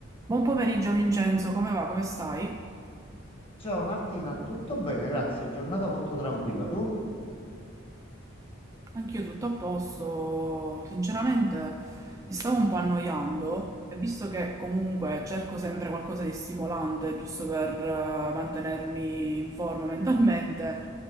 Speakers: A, on the right (about 15°); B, on the left (about 30°).
A: Buon pomeriggio Vincenzo, come va? Come stai?
B: Ciao Martina, tutto bene, grazie. Giornata molto tranquilla. Tu?
A: Anch'io tutto a posto, sinceramente mi stavo un po' annoiando e visto che comunque cerco sempre qualcosa di stimolante, giusto per eh, mantenermi in forma mentalmente,